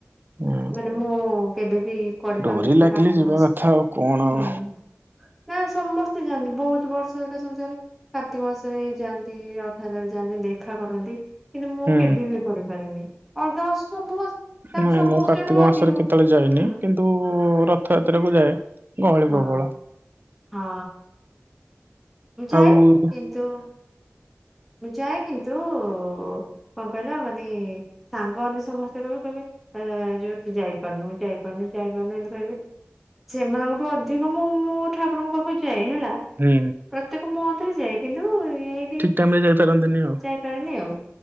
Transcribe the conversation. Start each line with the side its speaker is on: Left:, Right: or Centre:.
Right: ହୁଁ
Centre: ମାନେ ମୁଁ କେବେ ବି କରିପାରୁନଥିଲି
Right: ଡୋରି ଲାଗିଲେ
Centre: କାର୍ତ୍ତିକ
Right: ଯିବା
Centre: ମାସ
Right: କଥା ଆଉ କଣ ଆଉ
Centre: ହୁଁ। ନା ସମସ୍ତେ ଯାଆନ୍ତି ବହୁତ ବର୍ଷ ହେରିକା ସମସ୍ତେ କାର୍ତ୍ତିକ ମାସରେ ଯାଆନ୍ତି ରଥଯାତ୍ରା ବେଳେ ଯାଆନ୍ତି ଦେଖା କରନ୍ତି। କିନ୍ତୁ ମୁଁ
Right: ହୁଁ
Centre: କେବେ ବି କରିପାରିନି ଅଲଗା ମାସ ସବୁ ମାସ ତାଙ୍କ
Right: ନାଇଁ
Centre: ସମସ୍ୟାଠୁ
Right: ମୁଁ କାର୍ତ୍ତିକ ମାସରେ
Centre: ଅଧିକ
Right: କେତେବେଳେ ଯାଏନି
Centre: ହୁଁ
Right: କିନ୍ତୁ ରଥଯାତ୍ରାକୁ ଯାଏ। ଗହଳିି
Centre: ହଁ
Right: ପ୍ରବଳ।
Centre: ହଁ! ଯାଏ
Right: ଆଉ ହୁଁ
Centre: କିନ୍ତୁ ମୁଁ ଯାଏ କିନ୍ତୁ କଣ କହିଲ ମାନେ ସାଙ୍ଗମାନେ ସମସ୍ତେ କହିବେ କହିବେ ଯୋଉ ତୁ ଯାଇପାରୁନୁ ଯାଇପାରୁନୁ ଯାଇପାରୁନୁ ଏମିତି କହିବେ। ସେମାନଙ୍କଠୁ ଅଧିକ ମୁଁ ମୁଁ ଠାକୁରଙ୍କ ପାଖକୁ ଯାଏ ହେଲା।
Right: ହୁଁ।
Centre: ପ୍ରତ୍ୟେକ ମନ୍ଥ୍ ରେ ଯାଏ କିନ୍ତୁ ଏଇ
Right: ଠିକ୍ ଟାଇମରେ ଯାଇପାରନ୍ତିନି ଆଉ
Centre: ଯାଇ ପାରେନି ଆଉ